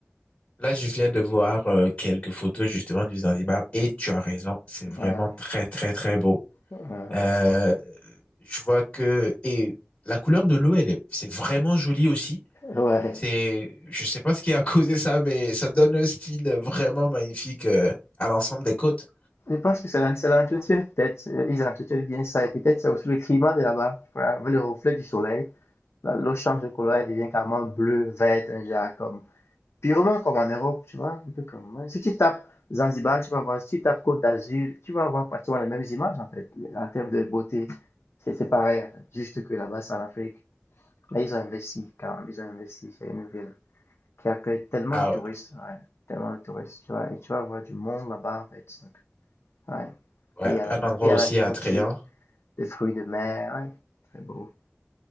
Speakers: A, on the left; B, on the left.
A: Là, je viens de voir euh, quelques photos justement du Zanzibar et tu as raison, c'est vraiment
B: Ouais,
A: très très très beau.
B: ouais, ouais.
A: Euh, je vois que et la couleur de l'eau, elle est, c'est vraiment joli aussi.
B: Ouais.
A: C'est, je sais pas ce qui a causé ça, mais ça donne un style vraiment magnifique euh, à l'ensemble des côtes.
B: Je pense que c'est l'en- c'est l'entretien, peut-être. Euh, Ils entretiennent bien ça. Et peut-être c'est aussi le climat de là-bas. tu vois Avec le reflet du soleil, la- l'eau change de couleur, elle devient carrément bleue, verte, un genre comme. Purement comme en Europe, tu vois. Un peu comme. ouais. Si tu tapes Zanzibar, tu vas voir. Si tu tapes Côte d'Azur, tu vas voir pratiquement les mêmes images, en fait, en termes de beauté. C'est c'est pareil, en fait. juste que là-bas, c'est en Afrique. Mais ils ont investi, quand même. Ils ont investi. C'est une ville qui accueille tellement
A: Ah
B: de touristes, ouais. Tellement de touristes, tu vois. Et tu vas voir du monde là-bas, en fait. Ouais.
A: ouais,
B: Et
A: ouais,
B: à la,
A: un
B: nou-
A: endroit
B: et
A: aussi
B: à la nourriture,
A: attrayant.
B: des fruits de mer. Ouais. Très beau.